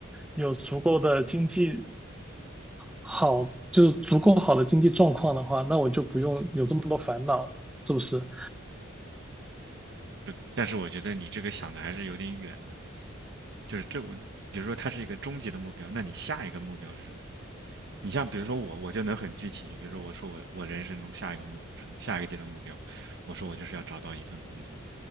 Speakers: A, in the centre; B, on the right (about 55°).
A: 有足够的经济好，就是足够好的经济状况的话，那我就不用有这么多烦恼，是不是？
B: 是的，但是我觉得你这个想的还是有点远了。就是这我，比如说它是一个终极的目标，那你下一个目标是什么？你像比如说我，我就能很具体，比如说我说我我人生中下一个目标是下一个阶段目标，我说我就是要找到一份工作。